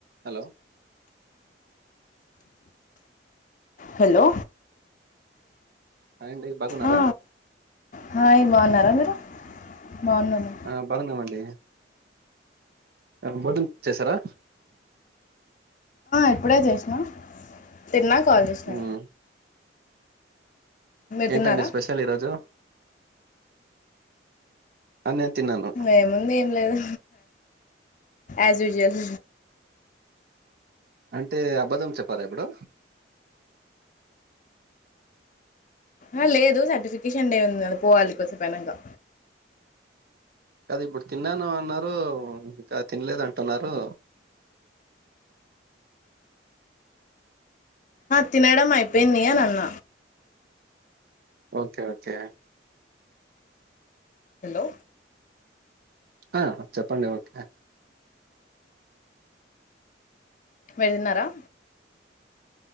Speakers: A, on the right (about 55°); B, on the left (about 40°).
A: Hello
B: hello
A: hi అండి బగున్నారా?
B: ఆ, హాయ్ బాగున్నారా మీరు బాగున్నారా
A: ఆ బాగుంన్నామండి ఆంబోటిన్ చేశారా
B: ఇప్పుడే చేస్నా తిన్నా కాల్ చేసినా
A: మ్మ్
B: మీరు
A: ఏంటండి
B: తిన్నారా
A: స్పెషల్ ఈరోజు నేను తిన్నాను
B: ఏముంది ఏం లేదు యాజ్ యూజువల్
A: అంటే అబద్ధం చెప్పారా ఇప్పుడు
B: ఆ లేదు సర్టిఫికేషన్ డే ఉంది కద పోవాలి కొసేపపైనంగా
A: అది ఇప్పుడు తిన్నాను అన్నారు ఇంకా తినలేద అంటున్నారు.
B: ఆ తినడం అయిపోయింది అని అన్న
A: ఓకే ఓకే
B: హలో
A: హ చెప్పండి ఓకే
B: మీరుతిన్నారా?